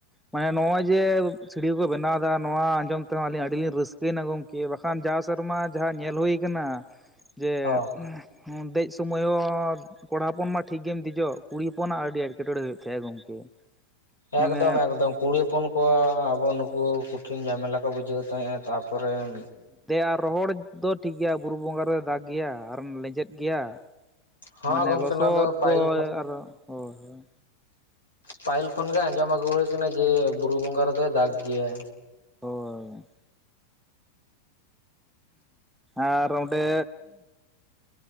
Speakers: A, in the centre; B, on the left (about 70°).
A: ᱢᱟᱱᱮ ᱱᱚᱜ ᱚᱭ ᱡᱮ ᱥᱤᱲᱤᱭᱟᱹ ᱯᱮ ᱵᱮᱱᱟᱣ ᱫᱟ ᱱᱚᱣᱟ ᱟᱸᱡᱚᱢ ᱛᱮᱦᱚᱸ ᱞᱤᱧ ᱟᱹᱰᱤ ᱞᱤᱧ ᱨᱟᱹᱥᱠᱟᱹᱭ ᱮᱱᱟ ᱜᱚᱝᱠᱮ ᱠᱤ ᱵᱟᱠᱷᱟᱱ ᱡᱟᱣ ᱥᱮᱨᱢᱟ ᱡᱟᱦᱟᱸ ᱧᱮᱞ ᱦᱩᱭ ᱟᱠᱟᱱᱟ ᱡᱮ
B: ᱦᱚᱸ
A: ᱦᱮᱸ ᱫᱮᱡ ᱥᱩᱢᱚᱭ ᱦᱚᱸ ᱠᱚᱲᱟ ᱦᱚᱯᱚᱱ ᱢᱟ ᱴᱷᱤᱠ ᱜᱮᱢ ᱫᱮᱡᱚᱜ ᱠᱩᱲᱤ ᱦᱚᱯᱚᱱᱟᱜ ᱟᱹᱰᱤ ᱮᱴᱠᱮᱴᱚᱬᱮ ᱦᱩᱭᱩᱜ ᱛᱟᱦᱮᱸᱜ ᱜᱚᱝᱠᱮ᱾
B: ᱮᱠᱫᱚᱢ
A: ᱢᱟᱱᱮ
B: ᱮᱠᱫᱚᱢ ᱠᱩᱲᱤ ᱦᱚᱯᱚᱱ ᱠᱚ ᱟᱵᱚ ᱱᱩᱠᱩ ᱠᱚᱴᱷᱤᱱ ᱡᱷᱟᱢᱮᱞᱟ ᱠᱚ ᱵᱩᱡᱷᱟᱹᱣ ᱛᱟᱦᱮᱸᱜᱼᱟ ᱛᱟ ᱯᱚᱨᱮᱱ
A: ᱫᱮ ᱟᱨ ᱨᱚᱦᱚᱲ ᱫᱚ ᱴᱷᱤᱠ ᱜᱮᱭᱟ ᱵᱩᱨᱩ ᱵᱚᱸᱜᱟ ᱨᱮ ᱫᱟᱜ ᱜᱮᱭᱟ ᱟᱨᱮᱢ ᱞᱮᱸᱡᱮᱫ ᱜᱮᱭᱟ
B: ᱦᱚᱸ
A: ᱢᱟᱱᱮ
B: ᱜᱚᱝᱠᱮ
A: ᱞᱚᱥᱚᱫ
B: ᱚᱱᱟ ᱫᱚ ᱯᱟᱹᱦᱤᱞ
A: ᱠᱚᱭ
B: ᱠᱷᱚᱱ
A: ᱟᱨᱚ, ᱦᱳᱭ ᱦᱳᱭ
B: ᱯᱟᱹᱦᱤᱞ ᱠᱷᱚᱱ ᱜᱮ ᱟᱸᱡᱚᱢ ᱟᱹᱜᱩ ᱦᱩᱭ ᱠᱟᱱᱟ ᱡᱮ ᱵᱩᱨᱩ ᱵᱚᱸᱜᱟ ᱨᱮᱫᱚᱭ ᱫᱟᱜᱽ ᱜᱮᱭᱟ᱾
A: ᱦᱳᱭ᱾ ᱟᱨ ᱚᱸᱰᱮ